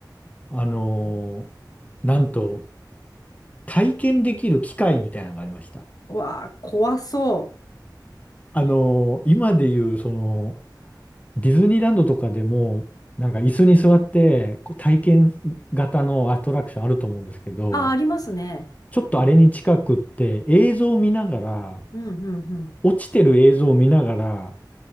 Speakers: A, on the left; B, on the left.
A: あのーなんと体験できる機械みたいなのがありました。
B: わあ、怖そ
A: あのー今でいうそのディズニーランドとかでも、なんか椅子に座ってこう体験型のアトラクションあると思うんですけど、
B: う。あ、ありますね。
A: ちょっとあれに近くって映像を見ながら、
B: うんうんうん。
A: 落ちてる映像を見ながら、